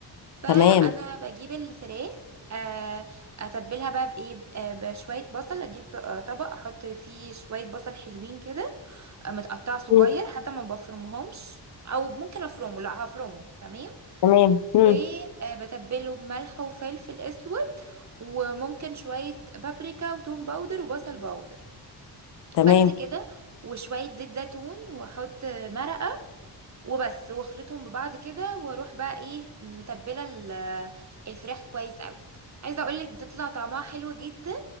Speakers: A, on the right (about 40°); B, on the left (about 70°).
A: فانا
B: تمام
A: بجيب الفراخ آه، اتبلها بقى بايه آه، بشويه بصل اجيب آه، طبق احط فيه شويه بصل حلوين كده آه، متقطع صغير
B: مم.
A: حتى ما بفرمهمش او ممكن افرمه لا هفرمه تمام
B: تمام مم.
A: وبتبله بملح وفلفل اسود وممكن شويه بابريكا وتوم باودر وبصل باودر
B: تمام
A: بس كده وشويه زيت زيتون واحط مرقه وبس واخلطهم ببعض كده واروح بقى ايه متبله ال- الفراخ كويس قوي عايزه اقولك بتطلع طعمها حلو جدا